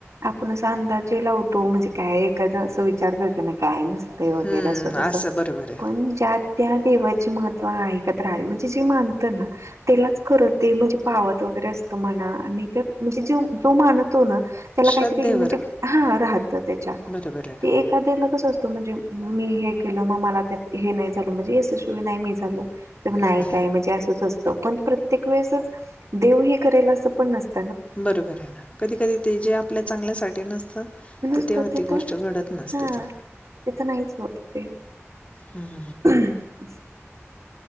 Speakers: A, on the right (about 90°); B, on the left (about 25°).
A: आपण असा अंदाजे लावतो, म्हणजे काय एखादा अस विचार कर त्यांना काय नसते वगैरे,
B: हं,
A: अस तस,
B: असं बरोबर आहे.
A: पण ज्या त्या देवाचे महत्त्व ऐकत राहावे म्हणजे जे मानत ना त्यालाच खर ते पावत वगैरे असत म्हणा मि तर म्हणजे जो मानत तो ना त्याला
B: श्रद्धेवर
A: काही तरी म्हणजे ह राहत त्याच्या
B: बरोबर आहे ना.
A: एखाद्याला कस असतो म्हणजे मी हे केलं मग मला त्यात हे नाही झाल म्हणजे यशशिवाय नाही मी झालो तर ना
B: हं, हं,
A: काय म्हणजे असंच असतं पण प्रत्येक वेळेसच देव हे करायला असं पण नसतं
B: बरोबर आहे ना कधी कधी ते जे आपल्या चांगल्या साठी नसतं
A: नुसत
B: ते तेव्हा
A: तिथं
B: ती गोष्ट घडत नसते
A: हा
B: चा
A: तिथं नाहीच होत ते
B: हम्म
A: अस